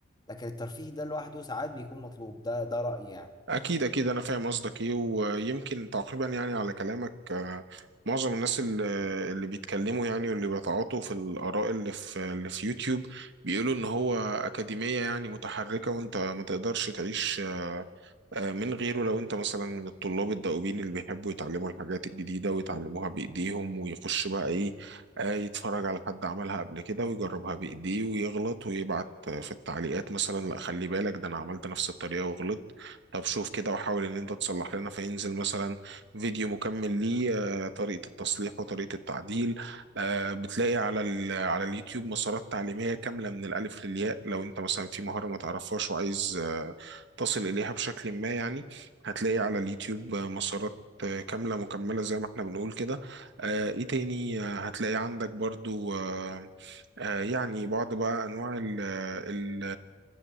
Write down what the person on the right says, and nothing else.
أكيد أكيد أنا فاهم قصدك إيه ويمكن تقريبا يعني على كلامك آه، معظم الناس اللي اللي بيتكلموا يعني واللي بيتعاطوا في الآراء اللي في اللي في يوتيوب بيقولوا إن هو أكاديمية يعني متحركة وأنت ما تقدرش تعيش آه، آه، من غيره لو انت مثلا من الطلاب الدؤوبين اللي بيحبوا يتعلموا الحاجات الجديدة ويتعلموها بإيديهم ويخش بقى ايه آه، يتفرج على حد عملها قبل كده ويجربها بإيديه ويغلط ويبعت آه، في التعليقات مثلا لا خلي بالك ده انا عملت نفس الطريقة وغلطت طب شوف كده وحاول ان انت تصلح لنا فينزل مثلا فيديو مكمل ليه آه، طريقة التصليح وطريقة التعديل آه، بتلاقي على ال- على اليوتيوب مسارات تعليمية كاملة من الألف للياء لو انت مثلا في مهارة ما تعرفهاش وعايز آه، تصل إليها بشكل ما يعني هتلاقي على اليوتيوب مسارات كاملة مكملة زي ما احنا بنقول كده آه، ايه تاني آه، هتلاقي عندك برضو آه، آه، يعني بعض بقى انواع ال ال